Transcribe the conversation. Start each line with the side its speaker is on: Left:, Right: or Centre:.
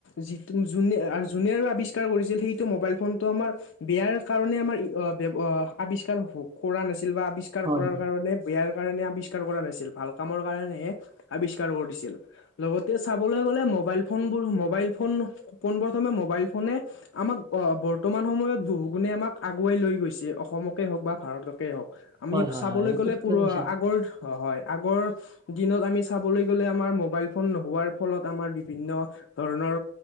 Left: যি যোনে যোনে আৰু আৱিষ্কাৰ কৰিছিল সেইটো মোবাইল ফোনটো আমাৰ বেয়াৰ কাৰণে আমাৰ আৱিষ্কাৰ কৰা নাছিল বা আৱিষ্কাৰ
Right: হয়,
Left: কৰাৰ কাৰণে বেয়াৰ কাৰণে আৱিষ্কাৰ কৰা নাছিল ভাল কামৰ কাৰণেহে। আৱিষ্কাৰ কৰিছিল লগতে চাবলৈ গলে মবাইল ম ফোন মল ফনে আম বৰ্ত সময়ত ব আমাক আগুৱাই লৈ গৈছে অসমকে হওক বা ভাৰতকে হওক। আমি
Right: হয়, হয়,
Left: চাবলৈ
Right: হয়, এইটো
Left: গ'লে
Right: ঠিকে
Left: প
Right: কৈছা।
Left: আগৰ হয় আগৰ দিনত আমি। চাবলৈ গলে আমাৰ মোবাইল ফোন নোহোৱাৰ ফলত আমাৰ বিভিন্ন ধৰণৰ